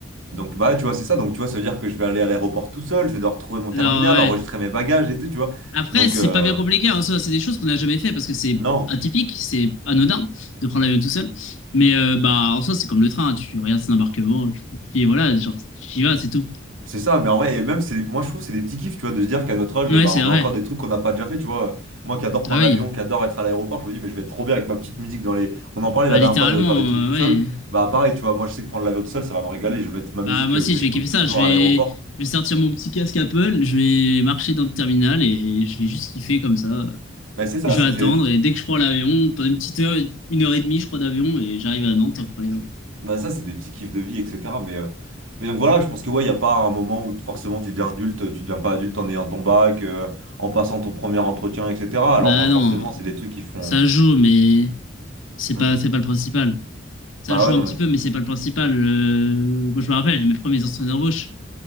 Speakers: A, on the right (about 80°); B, on the left (about 80°).
A: Donc, bah, tu vois, c'est ça. Donc, tu vois, ça veut dire que je vais aller à l'aéroport tout seul, je vais devoir trouver mon
B: Genre,
A: terminal,
B: ouais.
A: enregistrer mes bagages et tout, tu vois.
B: Après,
A: Donc,
B: c'est
A: euh,
B: pas bien compliqué hein, en soi. C'est des choses qu'on n'a jamais fait parce que c'est
A: non,
B: atypique, c'est anodin de prendre l'avion tout seul. Mais euh, bah, en soi, c'est comme le train. hein. Tu regardes son embarquement, tu... et voilà, genre, tu y vas, c'est tout.
A: c'est ça. Mais en vrai, et même, c'est, moi, je trouve, c'est des petits kiffs, tu vois, de se dire qu'à notre âge,
B: Ouais,
A: bah,
B: c'est
A: on
B: vrai.
A: a encore des trucs qu'on n'a pas déjà fait, tu vois. Moi qui adore prendre
B: Ah oui.
A: l'avion, qui adore être à l'aéroport, je me dis, mais je vais être trop bien avec ma petite musique dans les. On en parlait
B: Bah,
A: la dernière
B: littéralement,
A: fois de faire des
B: euh,
A: trucs tout seul.
B: ouais.
A: Bah, pareil, tu vois, moi, je sais que prendre l'avion tout seul, ça va me régaler. Je vais mettre ma musique
B: Bah, moi
A: euh,
B: aussi,
A: que,
B: je
A: j'écoute
B: vais kiffer ça.
A: toujours
B: Je vais...
A: à l'aéroport.
B: je vais sortir mon petit casque Apple, je vais marcher dans le terminal et je vais juste kiffer comme ça.
A: Mais c'est ça,
B: Je
A: c'est
B: vais attendre
A: c'est des petits.
B: et dès que je prends l'avion, pendant une petite heure, une heure et demie, je crois, d'avion et j'arrive à Nantes, incroyable.
A: Bah ça, c'est des petits kiffs de vie, etc. Mais, euh, mais donc voilà, je pense que ouais, il n'y a pas un moment où t- forcément tu deviens adulte, tu deviens pas adulte en ayant ton bac, euh, en passant ton premier entretien, etc.
B: Bah
A: Alors euh, forcément,
B: non,
A: c'est des trucs qui font...
B: ça joue, mais c'est
A: Ça,
B: pas,
A: je...
B: c'est pas le principal. Ça
A: Bah
B: joue
A: ouais, non
B: un petit
A: mais...
B: peu, mais c'est pas le principal. Euh, Moi, je me rappelle, mes premiers entretiens d'embauche,